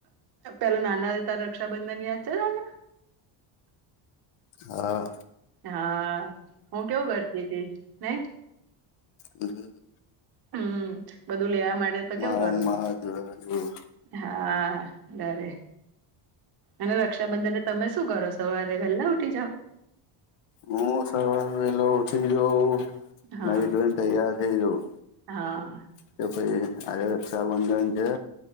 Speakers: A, on the right (about 50°); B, on the left (about 80°).
A: પેલા નાના હતા તાર રક્ષાબંધન યાદ છે ને તને?
B: હા
A: હા હું કેવું કરતી તી નહી?
B: હમ્મ
A: હમ બધું લેવા માટે તો
B: મારા
A: કેવું કરું
B: મારા જોડા જો
A: હા બરે અને રક્ષાબંધને તમે શું કરો સવારે વહેલા ઉઠી જાવ?
B: હું સવાર વેલો ઉઠી જઉં,
A: હા
B: નાઇ ધોઈને તૈયાર થઇ જઉં.
A: હા
B: કે ભાઈ આજે રક્ષાબંધન છે